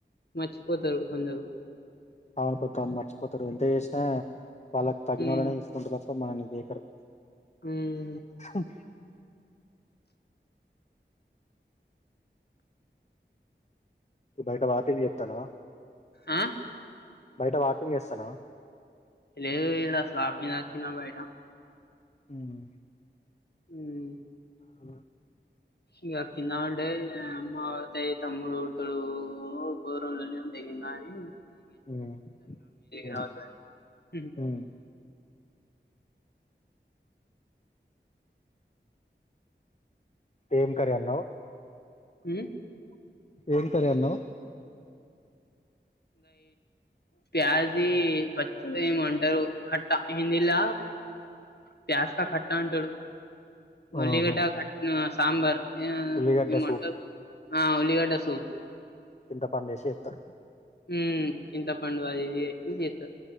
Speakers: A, on the left; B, on the left.
A: మర్చిపోతారు కొందరు
B: అవును కొత్తా మర్చిపోతారు ఎంత చేసినా వాళ్ళకి తగిన
A: హ్మ్.
B: వాళ్ళనే తీసుకుంటారు తప్ప మనల్ని దేకరు
A: హ్మ్.
B: అ బయట వాకింగ్ చేస్తున్నావా
A: ఆ
B: బయట వాకింగ్ చేస్తానావ
A: లేదు ఇడా వాకింగ్ వచ్చిన బయట
B: హ్మ్మ్
A: హ్మ్మ్
B: అ
A: ఇంక కిందవంటే మాతయి తమ్ముడు హోటల్ కూర నూనే తగిలినది
B: ఉమ్ ఉమ్
A: <inaudible>
B: ఉమ్ ఏం కర్రీ అన్నావు
A: హు
B: ఏం కర్రీ అన్నావు
A: ప్యాజ్ ది పచ్చడి ఖట్టా హిందీల ప్యాస్కా ట్టా అంటాడు వల్లిగడ్డ
B: ఆహా
A: కట్నా సాంబార్
B: ఉల్లిగడ్డ
A: మంట
B: సూప్
A: ఆ ఉల్లిగడ్డ సూప్
B: చింత పండేసి చెప్తారు
A: హ చింతపండు అది ఇది యాసిచేస్తారు